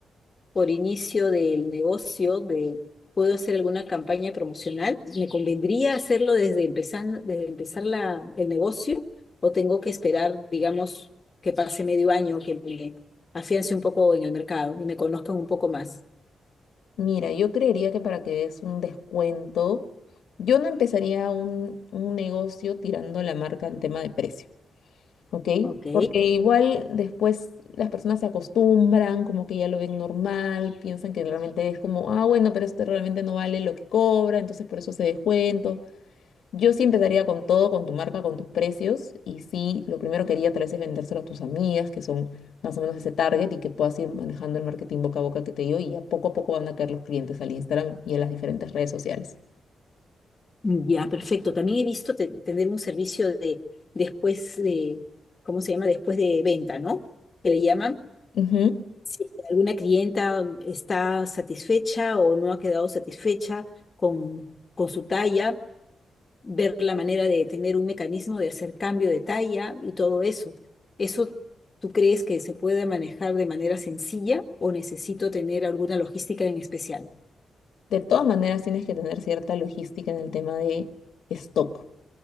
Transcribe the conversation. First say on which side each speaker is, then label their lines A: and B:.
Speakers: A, on the left (about 25°); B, on the left (about 85°).
A: por inicio del negocio, de puedo hacer alguna campaña promocional, ¿me convendría hacerlo desde empezar, desde empezar la, el negocio o tengo que esperar, digamos, que pase medio año, que me afiance un poco en el mercado y me conozcan un poco más?
B: Mira, yo creería que para que des un descuento, yo no empezaría un, un negocio tirando la marca en tema de precio, ¿ok?
A: Ok,
B: Porque igual después las personas se acostumbran, como que ya lo ven normal, piensan que realmente es como, ah, bueno, pero este realmente no vale lo que cobra, entonces por eso se descuento. Yo sí empezaría con todo, con tu marca, con tus precios. Y sí, lo primero que haría tal vez es vendérselo a tus amigas, que son más o menos ese target, y que puedas ir manejando el marketing boca a boca que te digo. Y a poco a poco van a caer los clientes al Instagram y a las diferentes redes sociales.
A: ya, perfecto. También he visto te- tener un servicio de después de, ¿cómo se llama? Después de venta, ¿no? Que le llaman
B: Ujú.
A: si alguna clienta está satisfecha o no ha quedado satisfecha con, con su talla, ver la manera de tener un mecanismo de hacer cambio de talla y todo eso. ¿Eso tú crees que se pueda manejar de manera sencilla o necesito tener alguna logística en especial?
B: De todas maneras, tienes que tener cierta logística en el tema de stock.